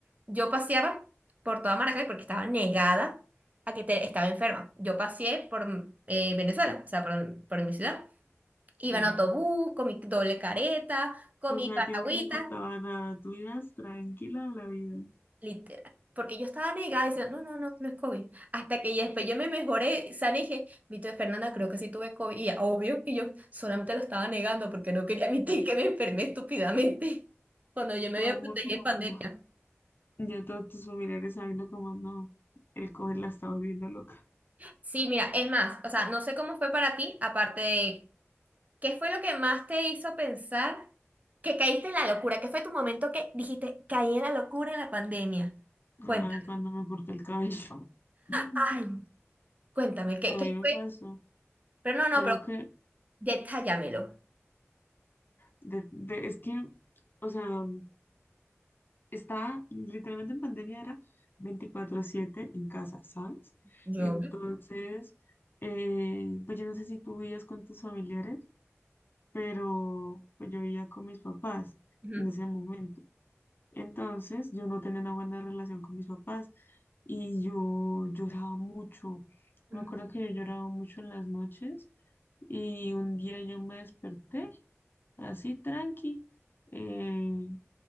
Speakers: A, on the right (about 35°); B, on the left (about 45°).
A: Yo paseaba por toda Maracay porque estaba negada a que te- estaba enferma. Yo paseé por eh, Venezuela, o sea, por, por mi ciudad. Iba
B: sí.
A: en autobús, con mi doble careta, con
B: O
A: mi
B: sea,
A: paraguita.
B: a ti no te importaba nada, tú ibas tranquila a la vida.
A: Literal. Porque yo estaba negada diciendo, no, no, no, no es COVID. Hasta que ya después yo me mejoré, sana y dije, Vito Fernanda, creo que sí tuve COVID. Y ya, obvio que yo solamente lo estaba negando porque no quería <laughs> admitir que me enfermé estúpidamente <laughs> cuando yo me
B: Todo
A: había
B: el
A: protegido
B: mundo como,
A: en pandemia.
B: <laughs> ya todos tus familiares sabiendo como, no, el COVID la estaba volviendo loca.
A: Sí, mira, es más, o sea, no sé cómo fue para ti, aparte de, ¿qué fue lo que más te hizo pensar que caíste en la locura? ¿Qué fue tu momento que dijiste, caí en la locura en la pandemia? Cuéntame,
B: Ay, cuando me corté el cabello. <laughs> Mm.
A: ay, cuéntame, ¿qué,
B: A
A: qué
B: mí me
A: fue?
B: pasó.
A: Pero no, no,
B: Creo
A: pero
B: que,
A: detallámelo.
B: de- de- es que, o sea... estaba literalmente en pandemia, era veinticuatro siete en casa, ¿sabes?
A: Yo.
B: Entonces, eh, pues yo no sé si tú vivías con tus familiares, pero pues yo vivía con mis papás
A: Ujú.
B: en ese momento. Entonces, yo no tenía una buena relación con mis papás y yo lloraba mucho. Me
A: Mm.
B: acuerdo que yo lloraba mucho en las noches y un día yo me desperté así tranqui. eh,